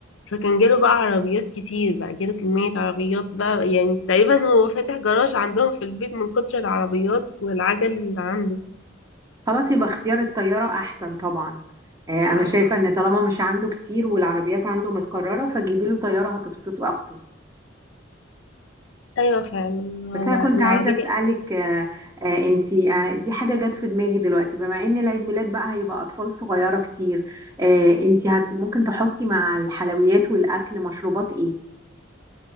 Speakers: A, on the left; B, on the right.
A: فكان جاله بقى عربيات كتير بقى جاله كمية عربيات بقى يعني تقريبا هو فاتح جراج عندهم في البيت من كتر العربيات والعجل اللي عنده
B: خلاص يبقى اختيار الطيارة أحسن طبعا آه، أنا
A: صح؟
B: شايفة إن طالما مش عنده كتير والعربيات عنده متكررة فجيبي له طيارة هتبسطه أكتر
A: أيوة فعلا
B: بس
A: هو
B: أنا كنت
A: العربية
B: عايزة أسألك آه، آه، أنتي آه، دي حاجة جت في دماغي دلوقتي بما إن العيد ميلاد بقى هيبقى أطفال صغيرة كتير آه، أنتي هت ممكن تحطي مع الحلويات والأكل مشروبات إيه؟